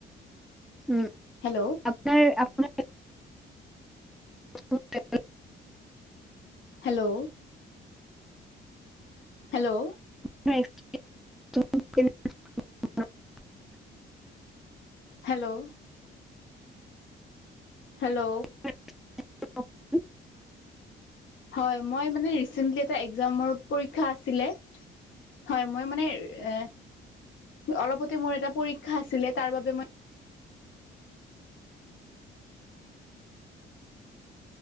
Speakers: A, in the centre; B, on the left.
A: উম।
B: হেল্ল'!
A: আপোনাৰ আপোনাৰ <unintelligible>
B: হেল্ল'! হেল্ল'!
A: <unintelligible>
B: হেল্ল'! হেল্ল'!
A: <unintelligible>
B: হয়, মই মানে ৰিছেণ্টলি এটা এক্সামৰ পৰীক্ষা আছিলে। হয়, মই মানে এ অলপতে মোৰ এটা পৰীক্ষা আছিলে তাৰ বাবে মই